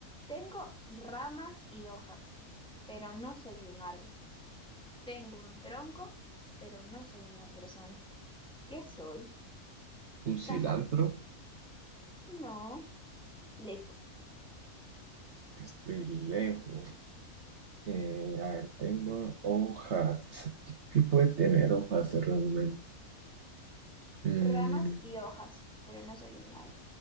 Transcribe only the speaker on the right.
Un
cilantro.
Estoy lejos. Eh, a ver, tengo hojas. <laughs> ¿Qué puede tener hojas realmente? Mm,